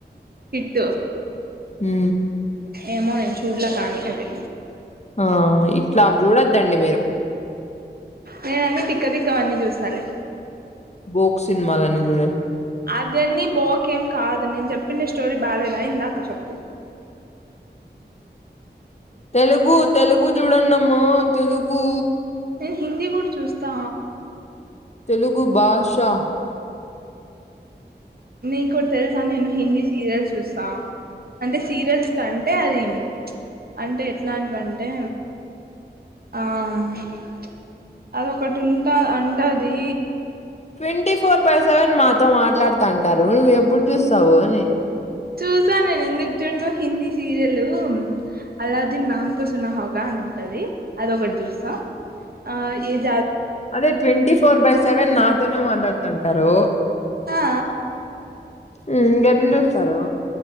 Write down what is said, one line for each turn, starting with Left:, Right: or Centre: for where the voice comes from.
Right: హిట్ట
Left: హ్మ
Right: ఏమో నేను చూడ్లా కానీ అది.
Left: ఆ ఇట్లా అవి చూడొద్దండి మీరు.
Right: నేనన్నీ తిక్కతిక్కవన్నీ చూస్తాలే.
Left: బోక్ సినిమాలన్నీ చూడండి.
Right: అదన్నీ బోకేం కాదు. నేను చెప్పిన స్టోరీ బాలేేద యిందాక చెప్పు.
Left: తెలుగు తెలుగు చూడండమ్మా. తెలుగూ
Right: నేన్ హిందీ కూడా చూస్తా.
Left: తెలుగు భాషా
Right: నీకోటి తెలుసా నేను హిందీ సీరియల్స్ చూస్తా, అంటే సీరియల్స్ కంటే అదీ ప్చ్ అంటే ఎట్లాంటివంటే, ఆం ప్చ్ అదొకటి ఉంటా అంటే అదీ
Left: ట్వంటీ ఫోర్ బై సెవెన్ మాతో మాట్ మాట్లాడుతాంటారూ నువ్వు ఎప్పుడు చూస్తావు అనీ.
Right: చూసా నేను ఎందుకు చూడను. హిందీ సీరియల్లూ అల్లావుద్దీన్ నామ్తో సునా హా రా అని ఉంటదీ అద ఒకటి చూస్తా. ఆ ఏద్
Left: అదే ట్వంటీ ఫోర్ బై సెవెన్ నా తోనే మాట్లాడుతాంటారూ.
Right: ఆ
Left: ఊ గద్ ఇల్ చూస్తారూ